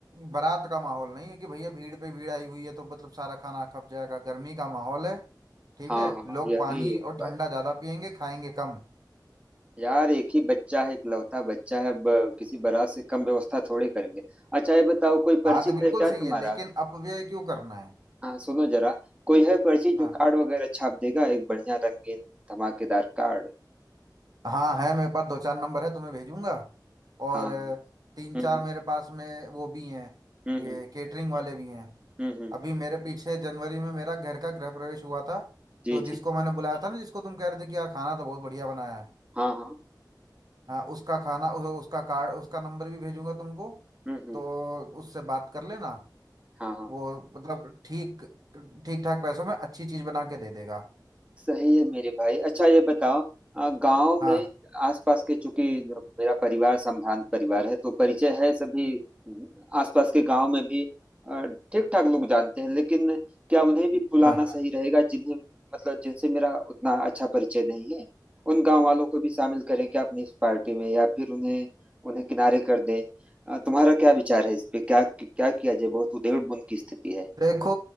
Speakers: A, on the right (about 55°); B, on the right (about 15°).
A: बारात का माहौल नहीं है कि भैया भीड़ पे भीड़ आई हुई है तो मतलब सारा खाना खप जाएगा गर्मी का माहौल है ठीक
B: हाँ
A: है
B: हाँ
A: लोग
B: यह
A: पानी
B: भी एक
A: और
B: बात
A: ठंडा ज्यादा पियेंगे खाएंगे कम
B: है यार एक ही बच्चा है इकलौता बच्चा है अब किसी बारात से कम व्यवस्था थोड़े करेंगे अच्छा ये बताओ कोई परिचित
A: बात बिल्कुल
B: है क्या
A: सही
B: तुम्हारा
A: है लेकिन अपव्यय क्यों करना है
B: हाँ सुनो जरा कोई है परिचित जो
A: हाँ
B: कार्ड वगैरह छाप देगा एक बढ़िया रंगीन धमाकेदार कार्ड
A: हाँ है मेरे पास दो चार नंबर है तुम्हें भेजूंगा और
B: हाँ
A: अ,
B: हम्म
A: तीन चार
B: हम्म
A: मेरे पास में वो भी हैं
B: हम्म
A: ये केटरिंग वाले भी हैं
B: हम्म हम्म,
A: अभी मेरे पीछे जनवरी में मेरा घर का गृह प्रवेश हुआ था
B: जी
A: तो जिसको
B: जी
A: मैंने बुलाया था ना जिसको तुम कह रहे थे कि यार खाना तो बहुत बढ़िया बनाया है
B: हाँ हाँ
A: हाँ उसका खाना उस, उसका कार्ड उसका नंबर भी भेजूंगा तुमको
B: हम्म हम्म
A: तो उससे बात कर लेना
B: हाँ हाँ
A: वो मतलब ठीक ठीक ठाक पैसों में अच्छी चीज़ बना के दे देगा
B: सही है मेरे भाई अच्छा ये बताओ अ, गांव
A: हाँ
B: में आसपास के चूंकि मेरा परिवार संभ्रांत परिवार है तो परिचय है सभी आसपास के गांव में भी ठीक ठाक लोग जानते हैं लेकिन क्या उन्हें भी बुलाना
A: हाँ
B: सही रहेगा जिन्हें मतलब जिनसे मेरा उतना अच्छा परिचय नहीं है उन गांव वालों को भी शामिल करें क्या अपनी इस पार्टी में या फिर उन्हें उन्हें किनारे कर दें अ, तुम्हारा क्या विचार है इस पे क्या क्या किया जाए बहुत उधेड़बुन की स्थिति है
A: देखो